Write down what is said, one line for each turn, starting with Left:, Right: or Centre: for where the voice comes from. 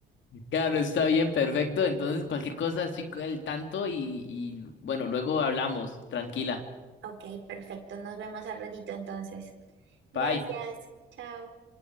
Left: Claro, está bien, perfecto. Entonces, cualquier cosa, estoy al tanto y, y bueno, luego hablamos. Tranquila.
Right: Ok, perfecto, nos vemos al ratito entonces. Gracias,
Left: Bye.
Right: chao.